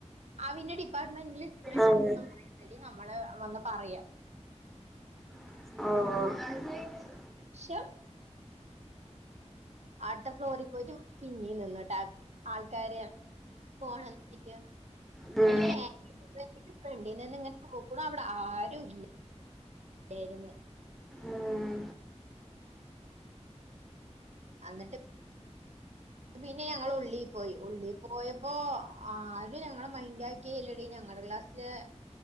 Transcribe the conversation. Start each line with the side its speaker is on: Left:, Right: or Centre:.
Right: അഹ് പിന്നെ ഡിപ്പാർട്ട്മെന്റില് സ്റ്റുഡന്റ്സിനൊന്നും
Centre: ആഹ്
Right: പറയടി നമ്മളെ വന്ന് പറയാ
Centre: ആഹ്
Right: ഷം അട്ത്ത ഫ്ലോറി പോയിട്ട് പിന്നീ നിന്നട്ടാ ആൾക്കാരെ പോണ നോക്കിട്ട്
Centre: ഉം
Right: പിന്നെ <inaudible> ഫ്രണ്ടി നിന്ന് ഇങ്ങനെ നോക്കണ അവിടെ ആരും ഇല്ല <unintelligible>
Centre: ഉം
Right: എന്നിട്ട് പിന്നെ ഞങ്ങ ഉള്ളി പോയി ഉള്ളി പോയപ്പോ ആരും ഞങ്ങളെ മൈൻഡ് ആക്കിയെല്ലടീ ഞങ്ങളെ ക്ലാ <unintelligible>